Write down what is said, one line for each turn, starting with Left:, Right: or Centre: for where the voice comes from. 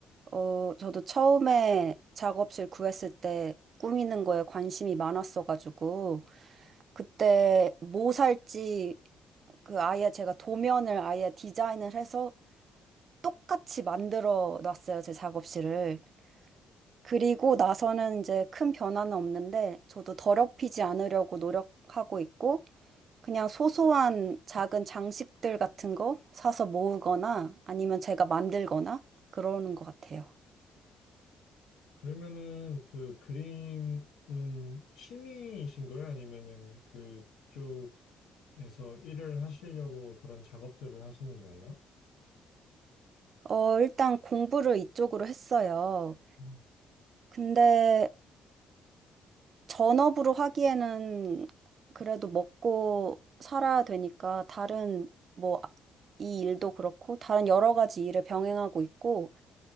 Right: 어, 저도 처음에 작업실 구했을 때 꾸미는 거에 관심이 많았어가지고, 그때 뭐 살지, 그 아예 제가 도면을 아예 디자인을 해서 똑같이 만들어 놨어요, 제 작업실을. 그리고 나서는 이제 큰 변화는 없는데, 저도 더럽히지 않으려고 노력하고 있고, 그냥 소소한 작은 장식들 같은 거 사서 모으거나 아니면 제가 만들거나 그러는 것 같아요.
Left: 그러면은 그 그림은 취미이신 거예요? 아니면은 그쪽 에서 일을 하시려고 그런 작업들을 하시는 거예요?
Right: 어, 일단 공부를 이쪽으로 했어요.
Left: 음.
Right: 근데 전업으로 하기에는 그래도 먹고 살아야 되니까 다른 뭐 아, 이 일도 그렇고 다른 여러 가지 일을 병행하고 있고